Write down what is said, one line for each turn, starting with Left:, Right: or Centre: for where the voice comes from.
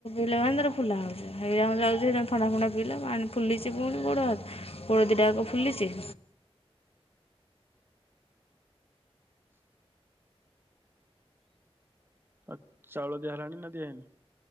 Left: ନ୍ଦରେ ଖୁଲା ହୋଉଚି ହେଇଟା <unintelligible> ଥଣ୍ଡା ଫଣ୍ଡା ପିଇଲାା ପାଣି ଫୁଲିଚି ଫୁଣି ଗୋଡ଼ ହାତ ଗୋଡ଼ ଦିଇଟାଙ୍କ ଫୁଲିଚି?
Right: ଆଉ ଚାଉଳ ଦିଆ ହେଲାଣି ନା ଦିଆନି ହେଇନି?